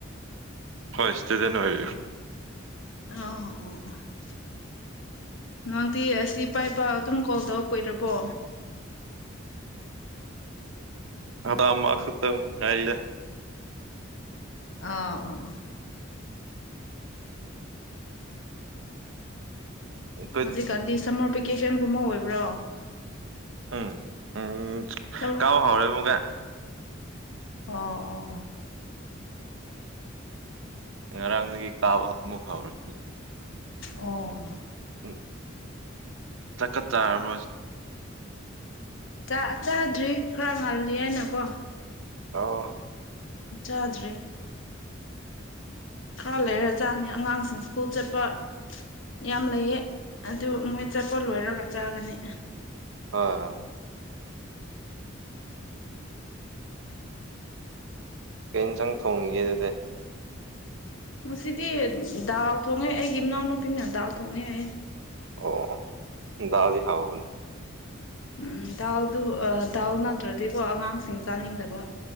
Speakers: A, on the right; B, on the left.
A: ꯍꯣꯏ ꯏꯁꯇꯨꯗꯦꯟ ꯑꯣꯏꯔꯤ
B: ꯑꯣꯍꯣ ꯑꯣ ꯑꯣ ꯅꯪꯗꯤ ꯑꯁꯤ ꯄꯥꯏꯄꯥ ꯑꯗꯨꯝ ꯀꯣꯜ ꯇꯧꯋ ꯀꯨꯏꯔꯕꯣ
A: ꯑꯕꯥ ꯑꯃ ꯈꯛꯇ ꯉꯥꯏꯔꯤꯌꯦ
B: ꯑꯥ ꯑꯣ ꯑꯣ
A: ꯑꯩꯈꯣꯏ
B: ꯍꯧꯖꯤꯛꯀꯥꯟꯗꯤ ꯁꯝꯃꯔ ꯚꯦꯀꯦꯁꯟꯒꯨꯝꯕ ꯑꯣꯏꯕ꯭ꯔꯣ
A: ꯎꯝ ꯎꯝ
B: ꯁꯃꯔ
A: ꯀꯥꯕ ꯍꯥꯎꯔꯦ ꯈꯣꯡꯒꯦ
B: ꯑꯣ ꯑꯣ ꯑꯣ
A: ꯉꯔꯥꯡꯗꯒꯤ ꯀꯥꯕ ꯑꯃꯨꯛ ꯍꯧꯔꯦꯅꯦ
B: ꯑꯣ ꯑꯣ
A: ꯎꯝ ꯆꯥꯥꯛꯀꯥ ꯆꯥꯔꯥꯕꯣꯁ
B: ꯆꯥ ꯆꯥꯗ꯭ꯔꯤ ꯈꯔꯥ ꯉꯜꯂꯤꯌꯥꯏꯅꯀꯣ
A: ꯑꯣ
B: ꯆꯥꯗ꯭ꯔꯤ ꯈꯔꯥ ꯂꯩꯔꯥ ꯆꯥꯅꯤ ꯑꯉꯥꯡꯁꯤꯡ ꯁ꯭ꯀꯨꯜ ꯆꯠꯄ ꯌꯥꯝ ꯂꯩꯌꯦ ꯑꯗꯨ ꯃꯣꯏ ꯆꯠꯄ ꯂꯣꯏꯔꯥꯒ ꯆꯥꯒꯅꯤ
A: ꯑꯥ
B: ꯎꯝ
A: ꯀꯩꯟꯖꯥꯡ ꯊꯣꯡꯉꯤꯒꯦ ꯑꯗꯨꯗꯤ
B: ꯉꯁꯤꯗꯤ ꯗꯥꯜ ꯊꯣꯡꯉꯦ ꯑꯩꯒꯤ ꯏꯅꯥꯎꯅꯨꯄꯤꯅ ꯗꯥꯜ ꯊꯣꯡꯉꯦ ꯍꯥꯏꯌꯦ
A: ꯑꯣ ꯗꯥꯜ ꯗꯤ ꯍꯥꯎꯕꯅꯤ
B: ꯎꯝ ꯗꯥꯜꯗꯨ ꯑꯥ ꯗꯥꯜ ꯅꯠꯇ꯭ꯔꯗꯤꯀꯣ ꯑꯉꯥꯡꯁꯤꯡ ꯆꯥꯅꯤꯡꯗꯥꯕ